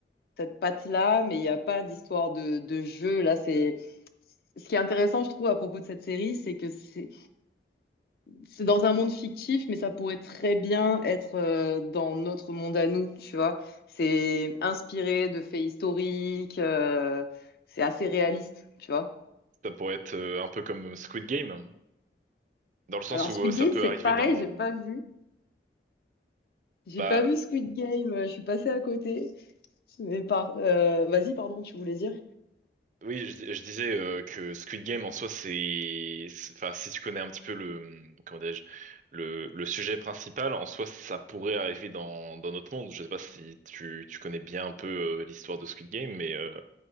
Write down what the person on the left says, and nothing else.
cette patte-là, mais il n'y a pas d'histoire de, de jeu. Là, c'est ce qui est intéressant, je trouve, à propos de cette série, c'est que c'est c'est dans un monde fictif, mais ça pourrait très bien être euh, dans notre monde à nous, tu vois. C'est inspiré de faits historiques, euh, c'est assez réaliste, tu vois.
Alors
Squid
Game,
c'est
pareil,
j'ai pas vu, j'ai
pas vu Squid Game, euh, je suis passée à côté. Mais par, euh, vas-y, pardon, tu voulais dire?